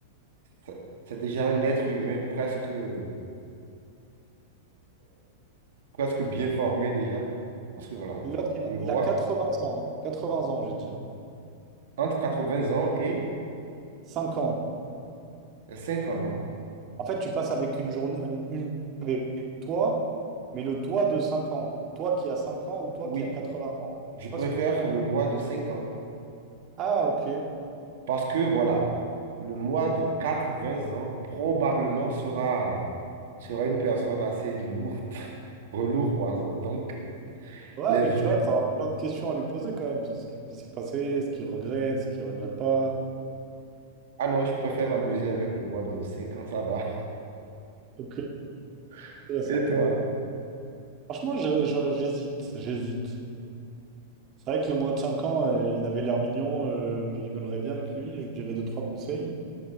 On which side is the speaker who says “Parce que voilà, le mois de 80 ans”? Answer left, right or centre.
Right